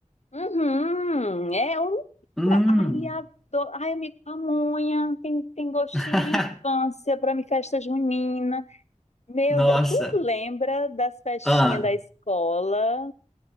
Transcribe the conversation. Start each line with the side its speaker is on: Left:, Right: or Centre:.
Left: Uhum, é um.
Centre: Hum.
Left: Ai, adoro. Ai, amigo pamonha, tem, tem gostinho
Centre: <laughs>
Left: de infância para mim, festa junina. Meu
Centre: Nossa.
Left: Deus, tu lembra das festinhas
Centre: Ah,
Left: da escola?